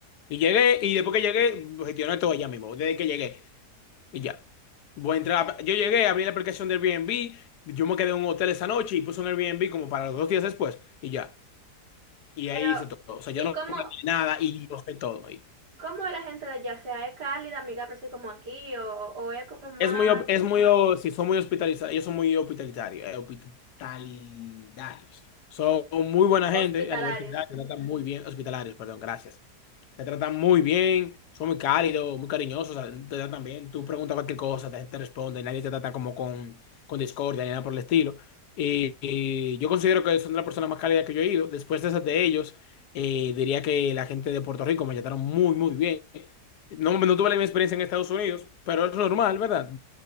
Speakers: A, on the left; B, on the right.
A: Y llegué, y después que llegué, gestioné todo allá mismo. Desde que llegué, y ya. Voy a entrar. a- Yo llegué, abrí la aplicación del Airbnb. Yo me quedé en un hotel esa noche y puse un Airbnb como para los dos días después, y ya. Y
B: Pero,
A: ahí hice todo. O sea,
B: ¿y
A: yo no
B: cómo?
A: planeé nada y yo sé todo.
B: ¿Cómo es la gente de allá? O sea, ¿es cálida, amigable, así como aquí? ¿O, o es como más
A: Es muy, op- es muy, o- sí, son muy hospitalizados, ellos son muy hospitalitarios, eh, hospitalidarios. Son muy buena
B: hospitalarios?
A: gente a nivel general, te tratan muy bien, hospitalarios, perdón, gracias. Te tratan muy bien, son muy cálidos, muy cariñosos, o sea, te tratan bien. Tú preguntas cualquier cosa, te, te responde, nadie te trata como con, con discordia ni nada por el estilo. Y, y yo considero que son de las personas más cálidas que yo he ido. Después de esas de ellos, eh, diría que la gente de Puerto Rico me trataron muy, muy bien. No, no tuve la misma experiencia en Estados Unidos, pero es normal, ¿verdad?